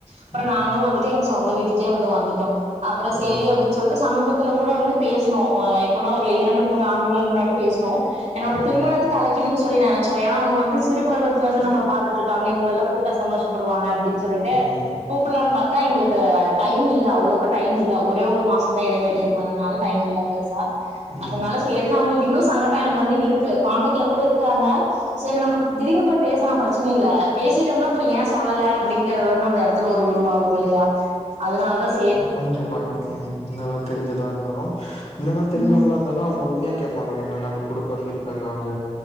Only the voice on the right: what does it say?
அப்புறம்
நாங்களும் வந்துட்டு எங்க சொந்த வீட்டுக்கே வந்து வந்துட்டோ அப்புறம் சேரி
அப்படின்னு சொல்ட்டு சமீபத்துல கூட வந்து பேசணும் எப்பனா ஒரு இரண்டு மூன்று ஆண்டுங்களுக்கு முன்னாடி பேசணு என்னோட
திருமணத்தை அழைக்கணும்னு சொல்லி நினைச்சோம்ங்க வந்து சிறு பருவத்தில இருந்து நம் பார்த்தட்டு இருக்காங்க இவங்க எல்லா கூட்ட சந்தோஷப்படுவாங்க அப்படின்னு சொல்லிட்டு
கூப்பலான்னு பார்த்தா எங்களுக்கு டைம் இல்ல அவ்வளவுக்கு டைம் இல்ல ஒரே ஒரு மாசம் தான் இடைவளி இருந்ததுனால டைம் இல்ல பெருசா
அதனால சேரின்னு அவங்களுக்கு இன்னு சங்கடம் எனக்கு வந்து இருக்கு கான்டாக்ட்ல கூட இருக்காங்க சரி நம்ம திடீர்னு போய் பேசலாம் பிரச்சனை இல்லை பேச பேசிட்டோம்னா இப்ப ஏன் சொல்லல அப்படிங்கறது வந்து அந்த இடத்துல ஒரு உருவாகும் இல்லையா அதனால தான்
ம்